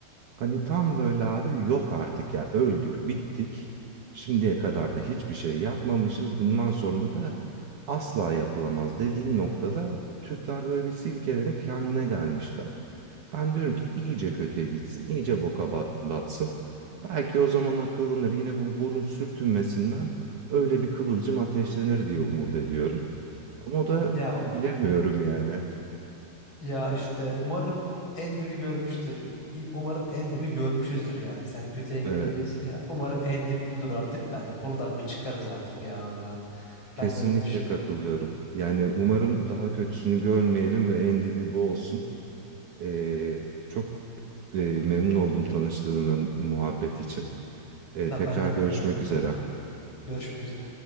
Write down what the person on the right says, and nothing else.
Hani tam böyle abi yok artık ya öldük bittik. Şimdiye kadar da hiçbir şey yapmamışız. Bundan sonra da asla yapılamaz dediğin noktada Türkler böyle bir silkelenip kendine gelmişler. Ben diyorum ki iyice kötüye gitsin, iyice boka bat- batsın. Belki o zaman akıllanır yine bu burun sürtünmesinden öyle bir kıvılcım ateşlenir diye umut ediyorum. Ama o da
bilemiyorum yani.
Evet.
Kesinlikle
katılıyorum. Yani umarım daha kötüsünü görmeyelim ve en dibi bu olsun. Ee, çok e, memnun oldum tanıştığım ve muhabbet için. Ee,
tekrar
görüşmek
üzere.